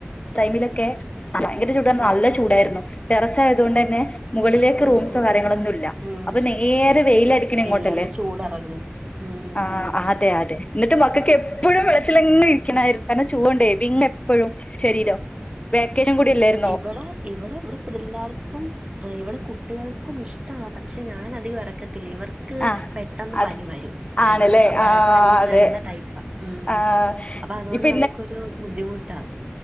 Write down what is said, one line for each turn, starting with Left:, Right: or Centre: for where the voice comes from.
Left: ടൈമിലൊക്കെ ഭയങ്കര ചൂടന്ന്
Right: ആ
Left: പറഞ്ഞ നല്ല ചൂടായിരുന്നു ടെറസ്സായതോണ്ടന്നെ മുകളിലേക്ക്
Right: ആ,
Left: റൂംസോ
Right: ആ.
Left: കാര്യങ്ങളൊന്നുല്ല.
Right: ഉം
Left: അപ്പൊ നേരെ വെയിലടിക്കണ ഇങ്ങോട്ടല്ലേ.
Right: ഇല്ല അപ്പൊ ചൂടിറങ്ങും ഉം
Left: ആഹ്
Right: ഉം
Left: അതെ അതെ. ന്നിട്ട് മക്കക്കെപ്പഴും വെള്ളത്തിലങ്ങ്‌ ഇരിക്കണായിരിക്കും കാരണം ചൂടോണ്ടേ. വിങ്ങു എപ്പഴും ശരീരം. പേക്കേജും കൂടി അല്ലായിരു
Right: ഇവിടെ ഇവിടെ ഇവിടെ പിള്ളാർക്കും ഇവിടെ കുട്ടികൾക്കും ഇഷ്ട പക്ഷെ ഞാൻ അതികം എറക്കത്തില്ല ഇവർ ക്ക്
Left: ആഹ്
Right: പെട്ടെന്ന്
Left: അത്
Right: പനി വരും.
Left: ആണല്ലേ
Right: പര
Left: ആഹ്
Right: പനി
Left: അതെ
Right: വരുന്ന ടൈപ്പാ ഉം.
Left: ആഹ്
Right: അപ്പൊ അതുകൊണ്ട്
Left: ഇപ്പൊ
Right: നമുക്കൊരു ബുദ്ധിമുട്ടാ.